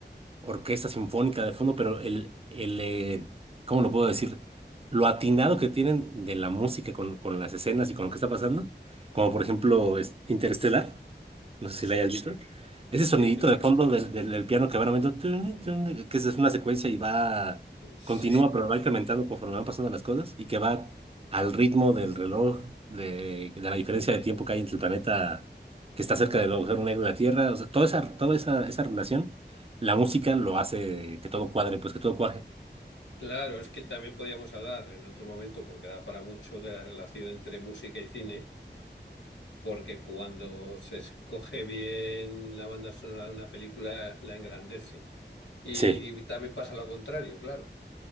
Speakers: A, on the right; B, on the left.
A: orquesta sinfónica de fondo, pero el, el eh, ¿cómo lo puedo decir? Lo atinado que tienen de la música con, con las escenas y con lo que está pasando, como por ejemplo es Interestelar. No sé
B: sí,
A: si la hayas visto. Ese sonidito
B: sí, sí la
A: de
B: he visto.
A: fondo del, del, del piano que van aumentando, tun, tun, que es es una secuencia y va,
B: Sí.
A: continúa, pero va incrementando conforme van pasando las cosas y que va al ritmo del reloj, de, de la diferencia de tiempo que hay entre el planeta que está cerca del agujero negro de la Tierra. O sea, toda esa, toda esa, esa relación, la música lo hace que todo cuadre, pues que todo cuaje.
B: Claro, es que también podríamos hablar en otro momento, porque da para mucho, de la relación entre música y cine, porque cuando se escoge bien la banda sonora de una película, la engrandece. Y
A: Sí.
B: también pasa lo contrario, claro.